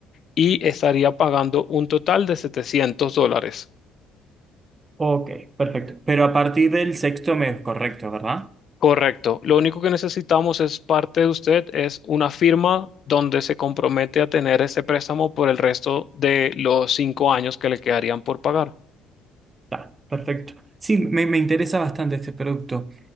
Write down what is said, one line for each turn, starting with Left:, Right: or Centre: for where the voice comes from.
Left: y estaría pagando un total de 700 dólares.
Right: Ok, perfecto. Pero a partir del sexto mes, correcto, ¿verdad?
Left: Correcto. Lo único que necesitamos es parte de usted, es una firma donde se compromete a tener ese préstamo por el resto de los cinco años que le quedarían por pagar.
Right: Está, perfecto. Sí, me, me interesa bastante este producto.